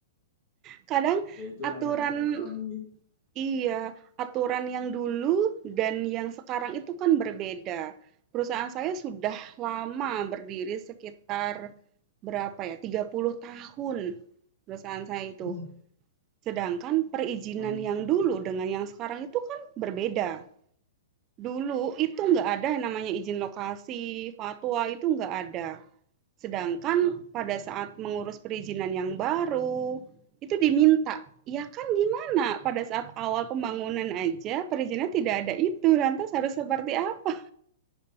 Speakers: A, on the right; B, on the left.
A: Kadang
B: Ya itulah
A: aturan
B: yang saya alami.
A: iya, aturan yang dulu dan yang sekarang itu kan berbeda. Perusahaan saya sudah lama berdiri sekitar berapa ya, 30 tahun perusahaan saya itu.
B: Oh,
A: Sedangkan perizinan
B: lama
A: yang
B: juga ya,
A: dulu
B: Bu ya.
A: dengan yang sekarang itu kan berbeda. Dulu itu
B: Ya.
A: nggak ada yang namanya izin lokasi, fatwa itu nggak ada. Sedangkan pada saat mengurus perizinan yang baru, itu diminta. Ya kan gimana, pada saat awal pembangunan aja perizinan tidak ada itu, lantas harus seperti apa?